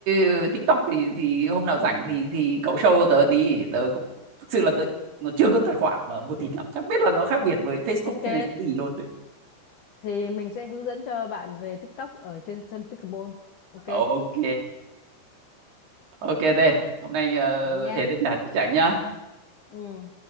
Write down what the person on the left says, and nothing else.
ok.
Thì mình sẽ hướng dẫn cho bạn về TikTok ở trên sân pickleball. Ok,
vậy nha.
Ừ.